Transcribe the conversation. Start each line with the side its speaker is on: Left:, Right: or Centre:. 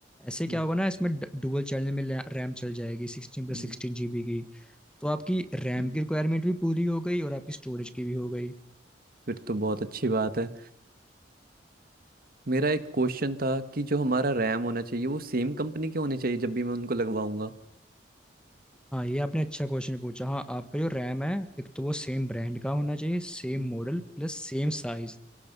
Centre: ऐसे
Right: हम्म,
Centre: क्या होगा ना इसमें डुअल चैनल में रैम चल जाएगी सिक्सटीन प्लस
Right: हम्म,
Centre: सिक्सटीन जीबी की तो आपकी रैम
Right: हम्म।
Centre: की रिक्वायरमेंट भी पूरी हो गई और आपकी स्टोरेज की भी हो गई
Right: फिर तो बहुत अच्छी बात है मेरा एक क्वेश्चन था कि जो हमारा रैम होना चाहिए वो सेम कंपनी के होने चाहिए जब भी मैं उनको लगवाऊंगा
Centre: हाँ ये आपने अच्छा क्वेश्चन पूछा हाँ आपका जो रैम है एक तो वो सेम ब्रांड का होना चाहिए same
Right: हम्म,
Centre: model plus same size